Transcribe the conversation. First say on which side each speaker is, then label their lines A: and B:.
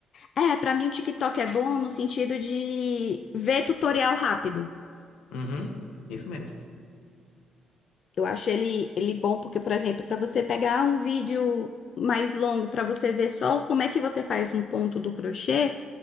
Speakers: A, on the left (about 55°); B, on the left (about 80°).
A: É, pra mim o TikTok é bom no sentido de ver tutorial rápido.
B: Uhum, isso mesmo,
A: Eu acho ele, ele bom porque, por exemplo, pra você pegar um vídeo mais longo pra você ver só como é que você faz um ponto do crochê